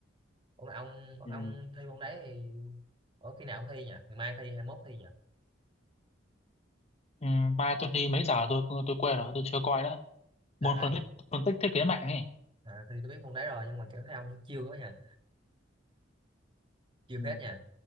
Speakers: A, on the right; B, on the left.
A: ủa mà ông
B: ừ.
A: ông thi môn đấy thì ở khi nào ông thi nhỉ ngày mai thi hai mốt thi nhỉ
B: Ừ, mai tôi đi mấy giờ tôi tôi quên rồi tôi chưa coi nữa môn
A: trời ơi
B: phân tích phân tích thiết kế mạng ấy
A: à, thì tôi biết môn đấy rồi nhưng mà kiểu thấy ông chiêu quá nha chiêu
B: ừ.
A: phết nha